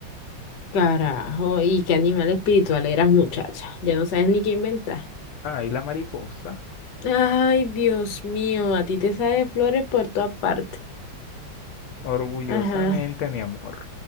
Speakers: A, on the left; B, on the left.
A: Carajo, y qué animal espiritual eras, muchacha. Ya no sabes ni qué inventar.
B: Ahí la mariposa,
A: Ay, Dios mío, a ti te salen flores por todas partes.
B: orgullosamente,
A: Ajá,
B: mi amor.